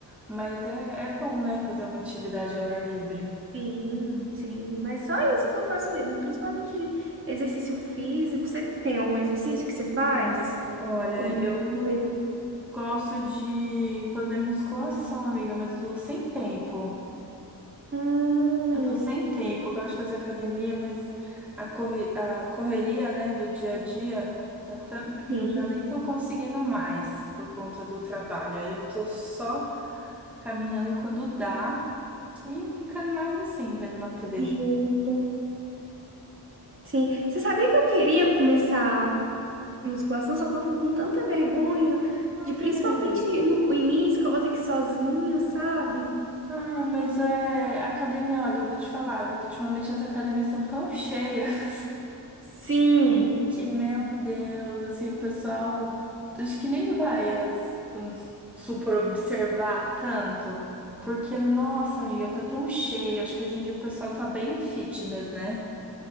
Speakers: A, in the centre; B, on the right.
A: Mas é, é bom, né, fazer uma atividade ao ar livre.
B: Sim, sim, mas só isso que eu faço mesmo, principalmente exercício físico. Você tem algum exercício que você faz?
A: Olha,
B: Alguma
A: eu
B: coisa?
A: gosto de fazer musculação, amiga, mas eu tô sem tempo.
B: Hum,
A: Eu tô sem tempo. Eu gosto de fazer academia, mas a, corre- a correria, né, do dia a dia tá tanta que
B: sim,
A: eu já nem tô conseguindo mais por conta do trabalho. Aí eu tô só caminhando quando dá e ficando mais assim, vendo uma TVzinha.
B: justo. Sim, você sabia que eu queria começar musculação, só que eu fico com tanta vergonha
A: Ai,
B: de principalmente
A: amiga.
B: no início que eu vou ter que ir sozinha, sabe?
A: Ai, mas é. Academia, olha, eu vou te falar, viu, que ultimamente as academias estão tão cheias <laughs>
B: Sim.
A: que, meu Deus, assim, o pessoal acho que nem vai as, vamos supor, observar tanto. Porque, nossa, amiga, tá tão cheio. Acho que hoje em dia o pessoal tá bem fitness, né?